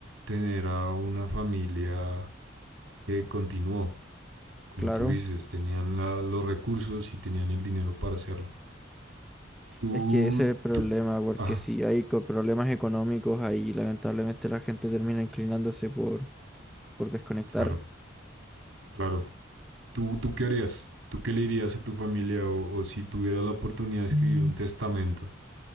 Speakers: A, on the right (about 85°); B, in the centre.
A: tener a una familia que continuó, como
B: Claro.
A: tú dices, tenían la- los recursos y tenían el dinero para hacerlo. Tú,
B: Es que ese es el problema,
A: tú,
B: porque
A: ah,
B: si hay co- problemas económicos ahí, lamentablemente la gente termina inclinándose por, por desconectar.
A: claro, claro. ¿Tú, tú qué harías? ¿Tú qué le dirías a tu familia o, o si tuvieras la oportunidad de escribir un testamento